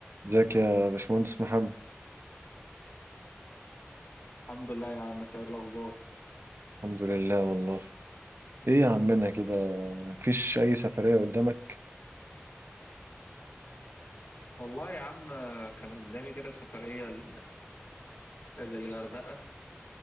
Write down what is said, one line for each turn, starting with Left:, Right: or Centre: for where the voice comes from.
Right: ازيك يا باشمهندس محمد
Left: الحمد لله يا عم انت ايه الاخبار
Right: الحمد لله والله ايه يا عمنا كده مفيش اي سفرية قدامك
Left: والله يا عم كان قدامي كده سفريه ل- للغردقه